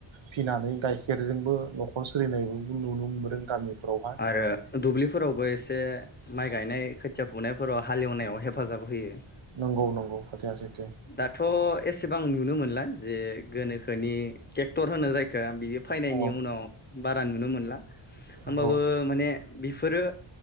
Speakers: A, on the right; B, on the left.
A: फिनानै गाइखेरजोंबो न'खर सोलिनायबो नुनो मोनदों गामिफोरावहा
B: आरो दुब्लिफोरावबो एसे माइ गायनाय खोथ खोथिया फुनायफोराव हालेवनायाव हेफाजाब होयो
A: नंगौ नंगौ खोथाया सैथ
B: दाथ' एसेबां नुनो मोनलाय जे गोनोखोनि टेक्टर होनो जायखो बिदि फायनायनि
A: औ
B: उनाव बारा नुनो मोनला होमबाबो
A: नंगौ
B: माने बिफोरो